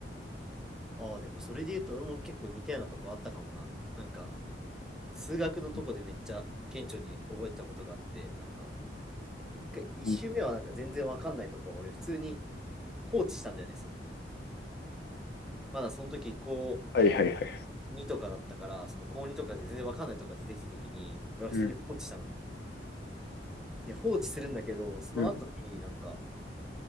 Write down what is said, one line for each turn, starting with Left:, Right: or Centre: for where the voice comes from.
Centre: ああ、でもそれで言うと俺も結構似たようなとこあったかもな。なんか、数学のとこでめっちゃ顕著に覚えてたことがあって、
Left: うん
Centre: なんか、一回、一周目はなんか全然わかんないとこは、
Left: うん
Centre: 俺普通に放置したんだよね、その。まだその時、高
Left: はいはいはい。
Centre: 2とかだったから、その高2とかで全然わかんないとこが出てきた時に、俺は普通に放置したの。
Left: うん。
Centre: で、放置するんだけど、その後になんか、
Left: うん。